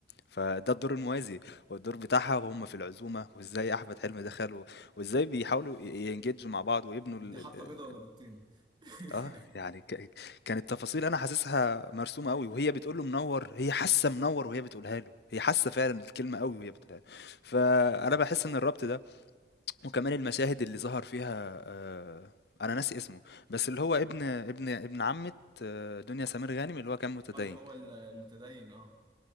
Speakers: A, on the left (about 65°); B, on the right (about 25°).
A: فده الدور الموازي، والدور بتاعها وهُم في العزومة، وإزاي أحمد حلمي ده خاله، وإزاي بيحاولوا ي يengage مع بعض ويبنوا ال
B: انت حاطه
A: ال ال
B: بيضه ولا
A: ال
B: بيضتين <laughs>
A: آه، يعني ك كانت تفاصيل أنا حاسسها مرسومة أوي، وهي بتقول له منوّر، هي حاسة منوّر وهي بتقولها له، هي حاسة فعلًا الكلمة أوي وهي بتقولها له، فأنا باحس إن الربط ده وكمان المشاهد اللي ظهر فيها آه، أنا ناسي اسمه بس اللي هو ابن ابن ابن عمة آه، دنيا سمير غانم اللي هو كان متدين
B: اه اللي هو المتدين اه